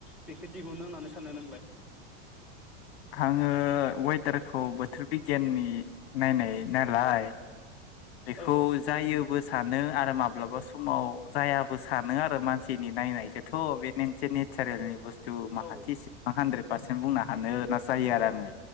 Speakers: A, in the centre; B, on the left.
A: बेखो दिहुनो होननानै सानो नोंलाय
B: आङो वेदारखौ बोथोर बिगियाननि नायनाय नालाय बेखौ
A: औ
B: जायोबो सा नो आरो माब्लाबा समाव जायाबो सानो आरो मानसिनि नायनायखौथ' बे मोनसे नेचारेलनि बुस थु माहाथि
A: औ
B: इस हानद्रेद पार्सेन बुंनो हानो ना जायो आरो आङो